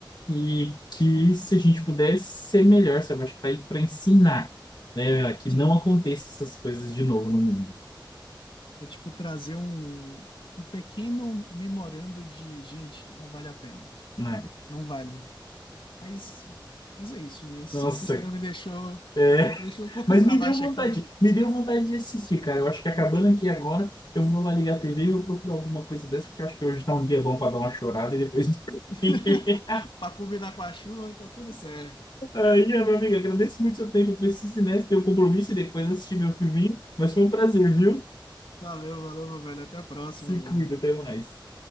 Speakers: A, on the left; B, on the left.
A: e que se a gente pudesse ser melhor, sabe? Acho que tá aí para ensinar, né? Que
B: Sim,
A: não aconteça essas coisas de novo no mundo,
B: é tipo trazer um, um pequeno memorando de, gente, não vale a pena.
A: né?
B: Não vale. Mas, mas é isso, me- <laughs> essa
A: Nossa,
B: história me deixou,
A: é,
B: me deixou um pouco
A: mas
B: para
A: me
B: baixo
A: deu vontade,
B: aqui.
A: me deu vontade de assistir, cara. Eu acho que acabando aqui agora, eu vou lá ligar a TV e vou procurar alguma coisa dessa, porque eu acho que hoje tá um dia bom para dar uma chorada e depois dormir.
B: <laughs>
A: <laughs>
B: Para combinar com a chuva, tá tudo certo.
A: Ai, é, meu amigo, agradeço muito o seu tempo. Eu preciso ir nessa, ter um compromisso e depois assistir meu filminho, mas foi um prazer, viu?
B: Valeu, valeu, meu velho. Até a próxima,
A: Se
B: velho.
A: cuida, até mais.